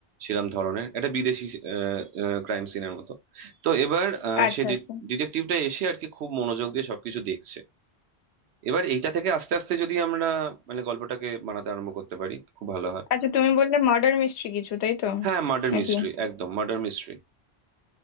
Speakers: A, on the right (about 80°); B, on the left (about 80°).
A: সেরম ধরনের এটা বিদেশি ক্রাইম সিনের মতো তো এবার আহ,
B: আচ্ছা
A: সে
B: আচ্ছা
A: ডিটেকটিভটা এসে আর কি খুব মনোযোগ দিয়ে সবকিছু দেখছে এবার এইটা থেকে আস্তে আস্তে যদি আমরা মানে গল্পটাকে বানাতে আরম্ভ করতে পারি খুব ভালো হয়
B: আচ্ছা তুমি বললে মার্ডার মিস্ট্রি কিছু তাই তো
A: হ্যাঁ মার্ডার
B: নাকি
A: মিস্ট্রি একদম মার্ডার মিস্ট্রি